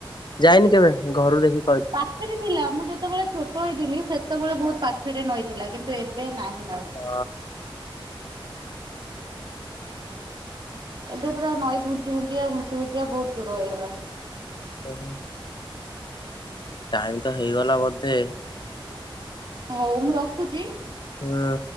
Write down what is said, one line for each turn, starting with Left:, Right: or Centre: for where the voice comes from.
Left: ଯାଇନି କେବେ ଘରୁ ଦେଖି।
Right: ପାଖରେ ଥିଲା। ମୁଁ ଯେତେବେଳେ ଛୋଟ ହେଇଥିଲି, ସେତେବେଳେ ବହୁତ ପାଖରେ ନଈଥିଲା। କିନ୍ତୁ ଏବେ ନାହିଁ ନଈ।
Left: ଅ
Right: ଏବେ ପୁରା ନଈ ଘୁଞ୍ଚି ଘୁଞ୍ଚିକା ଘୁଞ୍ଚି ଘୁଞ୍ଚିକା ବହୁତ ଦୂର ହେଇଗଲାଣି।
Left: ଓହୋ! ଟାଇମ୍ ତ ହେଇଗଲା ବୋଧେ!
Right: ହଉ ମୁଁ ରଖୁଛି।
Left: ହଁ।